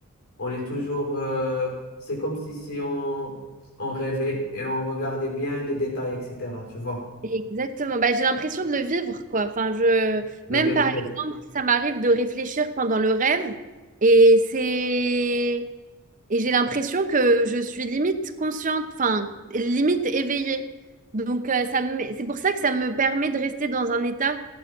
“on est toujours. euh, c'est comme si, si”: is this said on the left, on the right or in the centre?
Left